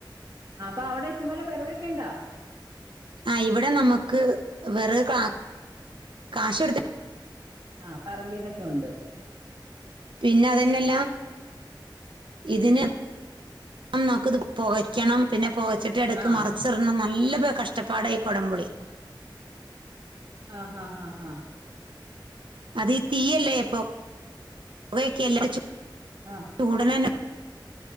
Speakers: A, on the right (about 45°); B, on the right (about 75°).
A: ആഹ് അപ്പൊ അവിടെ ഇഷ്ടംപോലെ വിറകൊക്കെ ഉണ്ടോ?
B: ആ ഇവിടെ നമുക്ക് വെറക് കാശ് കൊടുത്തി
A: ആ പറമ്പിന്നൊക്കെ ഉണ്ട്
B: പിന്നെ അതന്നെയല്ല ഇതിന് നമുക്ക് ഇത് പുകയ്ക്കണം പിന്നെ പൊക ചട്ടി എടക്
A: ആഹ്
B: മറിച്ചിടണം നല്ല നല്ല പോലെ കഷ്ടപ്പാട ഇ കൊടമ്പുളി
A: ആ ആ ഹാഹാ
B: അത് ഈ തീയല്ലേ ഇപ്പൊ പുകയൊക്കെ അല്ലേ
A: ആഹ്
B: ചൂടനെന്നെ